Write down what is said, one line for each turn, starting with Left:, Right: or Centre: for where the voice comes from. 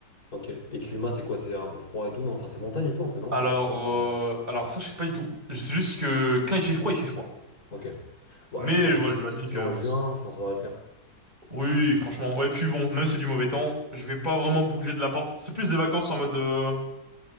Left: Ok. Et climat, c'est quoi? C'est un peu froid et tout, non? Enfin, c'est montagne et tout, un peu, non?
Right: Alors,
Left: C'est vache pas ce...
Right: euh, alors ça, je sais pas du tout. Je sais juste que quand il fait froid, il fait froid.
Left: Ok. Bon,
Right: Mais
Left: je pense
Right: euh,
Left: que
Right: ouais,
Left: si tu
Right: j'imagine
Left: si tu
Right: que
Left: vas en juin, je pense que ça devrait le faire.
Right: oui, franchement. Ouais, et puis bon, même si c'est du mauvais temps, je vais pas vraiment bouger de la porte. C'est plus des vacances en mode. euh,